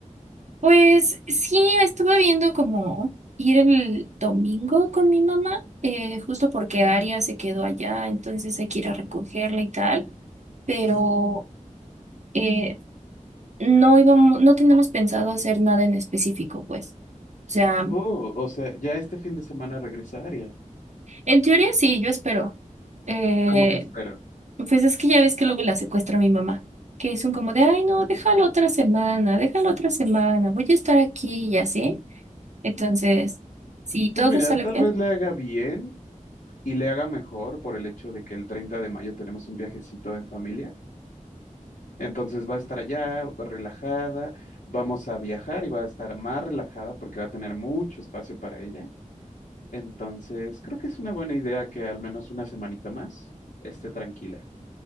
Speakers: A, on the right; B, on the left.
A: Pues sí, estuve viendo como ir el domingo con mi mamá, eh, justo porque Aria se quedó allá, entonces hay que ir a recogerla y tal, pero eh, no íbamos, no tenemos pensado hacer nada en específico, pues. O sea,
B: Oh, o sea, ya este fin de semana regresa regresaría.
A: en teoría sí, yo espero. Eh,
B: ¿Cómo que esperan?
A: pues es que ya ves que luego la secuestra mi mamá, que son como de, ay, no, déjalo otra semana, déjalo otra semana, voy a estar aquí y así. Entonces, si todo
B: Pues mira,
A: sale
B: tal
A: bien.
B: vez le haga bien y le haga mejor por el hecho de que el 30 de mayo tenemos un viajecito en familia. Entonces va a estar allá relajada, vamos a viajar y va a estar más relajada porque va a tener mucho espacio para ella. Entonces creo que es una buena idea que al menos una semanita más esté tranquila.